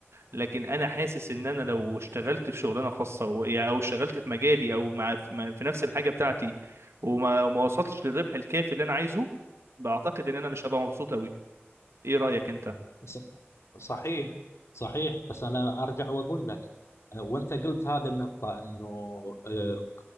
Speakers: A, on the right (about 75°); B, on the left (about 85°).
A: لكن انا حاسس ان انا لو اشتغلت في شغلانه خاصه او او اشتغلت في مجالي او مع في نفس الحاجه بتاعتي وما وما وصلتش للربح الكافي اللي انا عايزه بعتقد ان انا مش هبقى مبسوط قوي ايه رايك انت
B: ص- صحيح صحيح بس انا ارجع واقول لك آه، وانت قلت هذا النقطه انه آه،